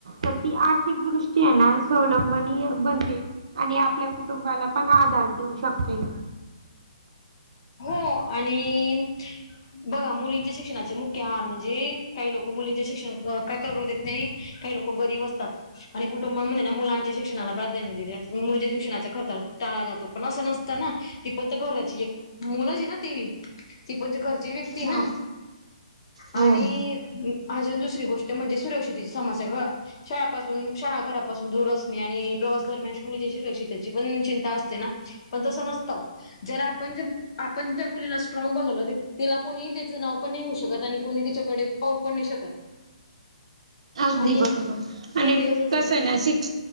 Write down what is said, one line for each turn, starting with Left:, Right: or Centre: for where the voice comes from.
Right: तर ती आर्थिक दृष्टीया ना स्वालंबनी बनते आणि आपल्या कु टुंबाला पण आधार देऊ शकते.
Left: हो आणि बघा मुलींच्या शिक्षणाचे मुख्य आान म्हणजे काही लोक मुलींचे शिक्षण काय करू देत नाही. काही लोक गरीब असतात. आणि कुटुंबामध्ये ना मुलांच्या शिक्षणाला प्राधान्य दिले मुलींच्या शीक्षणाचा खर्च टाळला जातो पण असं नसतं ना. ती पण त्या घराची एक मुलच हीना तीवी. ती पण घर ती व्यक्ती
Right: मग
Left: ना,
Right: हो
Left: आणि अजून दुसरी गोष्ट म्हणजे सुरक्षितेची समस्या गं. शाळापासून शाळा घरापासून दूर असणे आणि प्रवास दरम्यान मुलीच्या शरक्षितची पण चिंता असते ना. पण तसं नसत जर आपण ज आपण त्या मुलीला स्ट्राग बनवलं तिला कोणी त्याचं नाव पण नाही घेऊ शकत आणि कोणी तिच्याकडे पाहू पण नाही शकत. <inaudible>
Right: अगदी
Left: आणि
Right: बरोबर आणि
Left: पहिले असंच
Right: कसं हायना शिक्